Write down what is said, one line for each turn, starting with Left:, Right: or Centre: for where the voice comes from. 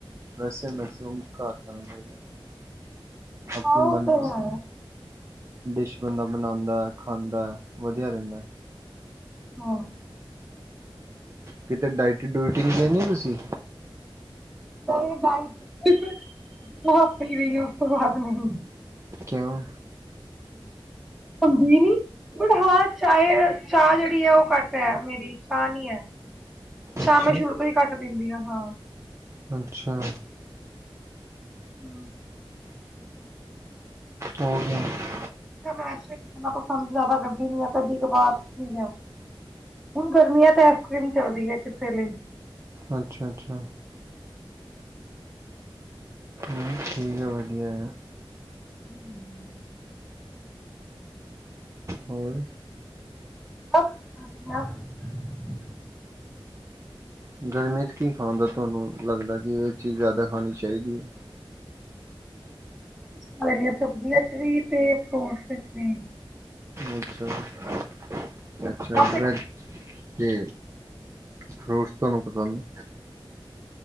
Right: ਵੈਸੇ ਮੈਕਸੀਮਮ ਘਰ ਦਾ ਖਾਨਾ ਚਾਈਦੈ। ਆਪੇ,
Centre: ਆਹੋ ਉਹ
Right: ਮਨ।
Centre: ਤੇ ਹੈ
Right: ਡਿਸ਼ ਬੰਦਾ ਬਨਾਦੈ, ਖਾਂਦੈ, ਵਦੀਆ ਰਹਿੰਦੈ।
Centre: ਹਾ।
Right: ਕਿਤੇ ਡਾਇਟਿੰਗ- ਡੂਟਿੰਗ ਤੇ ਨਈ ਤੁਸੀ?
Centre: ਪਹਿਲੇ ਬਾਰਿਸ਼, ਬੋਹਤ ਪਈ ਹੋਈ ਆ, ਉਸ ਤੋਂ ਬਾਦ ਨਹੀਂ।
Right: ਕੇਉਂ?
Centre: ਭਾਂਦੀ, ਨੀ? ਬਟ, ਹਾਂ, ਚਾਏ -ਚਾ ਜੇੜੀ ਐ, ਓ ਘੱਟ ਐ, ਮੇਰੀ ਚਾ ਨੀ ਐ। ਚਾਅ
Right: ਅੱਛਾ
Centre: ਮੈ ਸ਼ੁਰੂ ਤੋਂ ਈ ਘੱਟ ਪੀਂਦੀ ਆ, ਹਾਂ।
Right: ਅੱਛਾ।
Centre: ਹੂੰ।
Right: ਹੋਰ ਜਾ <unintelligible>
Centre: ਮੈਸ ਜਾਨਾ ਪਸੰਦ ਜਾਦਾ ਕਰਦੀ ਨੀ ਆ, ਕਦੀ-ਕਦਾਰ ਜਾ ਹੁਨ ਗਰਮੀਆਂ ਤੇ ਆਈਸਕ੍ਰੀਮ ਚੱਲਦੀ ਏ, ਕਿਸੇ ਲਈ?
Right: ਅੱਛਾ-ਅੱਛਾ। ਹੂੰ ਠੀਕ ਐ, ਵਦੀਐ।
Centre: <inaudible>
Right: ਹੋਰ?
Centre: <unintelligible>
Right: ਗਰਮੀ 'ਚ ਕੀ ਖਾਨਦਾ ਤੁਹਾਨੂੰ ਲੱਗਦੈ? ਕੀ ਏਅ ਚੀਜ਼ ਜਾਦਾ ਖਾਨੀ ਚਾਈਦੀ ਏ?
Centre: ਸਵੇਰੇ ਸਬਜ਼ੀਆਂ 'ਚ ਵੀ, ਤੇ ਫਰੂਟਸ 'ਚ ਵੀ। <unintelligible>
Right: ਅੱਛਾ-ਅੱਛਾ,
Centre: ਬਸ
Right: ਰੈਡ
Centre: ਇੱਕ
Right: ਕੇ ਫਰੂਟਸ ਤੁਹਾਨੂੰ ਪਸੰਦ ਏ?